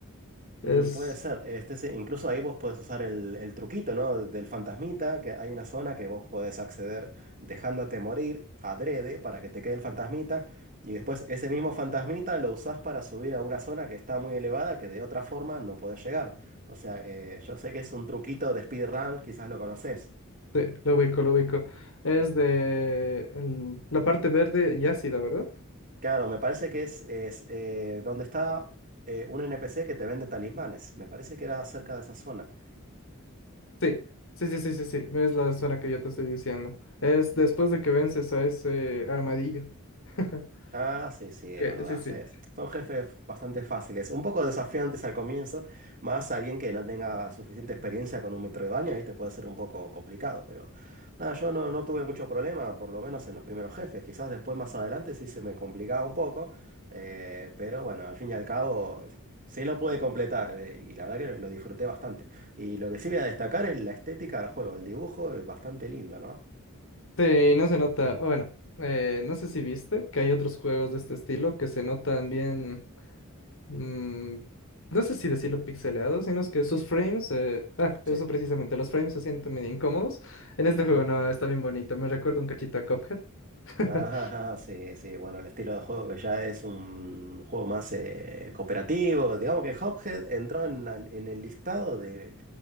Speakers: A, on the right (about 40°); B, on the left (about 65°).
A: Mm,
B: Es,
A: puede ser. Este, sí, Incluso ahí vos podés usar el, el truquito, ¿no? Del fantasmita, que hay una zona que vos podés acceder dejándote morir adrede para que te quede el fantasmita. Y después ese mismo fantasmita lo usás para subir a una zona que está muy elevada, que de otra forma no podés llegar. O sea, eh, yo sé que es un truquito de speedrun, quizás lo conocés.
B: sí, lo ubico, lo ubico. Es
A: Mm,
B: de el- la parte verde y ácida, ¿verdad?
A: Claro, me parece que es, es, eh, donde está eh, un NPC que te vende talismanes. Me parece que era cerca de esa zona.
B: Sí, sí, sí, sí, sí, sí, es la zona que yo te estoy diciendo. Es
A: Mm,
B: después de que vences a ese armadillo. <laughs>
A: Ah, sí, sí, es
B: Que,
A: verdad.
B: sí, sí.
A: sí, Son jefes bastante fáciles, un poco desafiantes al comienzo, más alguien que no tenga suficiente experiencia con un Metroidvania, ¿viste? Puede ser un poco complicado, pero nada, yo no, no tuve mucho problema, por lo menos en los primeros jefes. Quizás después más adelante sí se me complicaba un poco, eh, pero bueno, al fin y al cabo sí lo pude completar eh, y la verdad que lo disfruté bastante. Y lo que sí voy a destacar es la estética del juego, el dibujo es bastante lindo, ¿no?
B: Sí, no se nota. Bueno, eh, no sé si viste que hay otros juegos de este estilo que se notan bien. mm, no sé si decirlo pixelado, sino es que sus frames, eh, ah,
A: Sí.
B: eso precisamente, los frames se sienten medio incómodos. En
A: Ujú.
B: este juego no, está bien bonito, me recuerda un cachito a Cuphead. <laughs>
A: Ajá, ajá, sí, sí, bueno, el estilo de juego que ya es un juego más eh, cooperativo. Digamos que Cuphead entró en, al- en el listado de